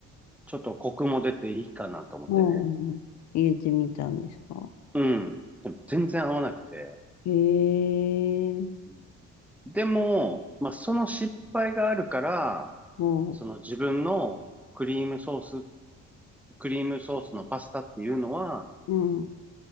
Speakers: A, in the centre; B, on the left (about 65°).
A: ちょっとコクも出ていいかなと思ってね。
B: うん、入れてみたんですか
A: うん。でも全然合わなくて。
B: へえ、
A: うんでも、まあ、その失敗があるから、
B: ほう、
A: その自分のクリームソース、クリームソースのパスタっていうのは、
B: うん、う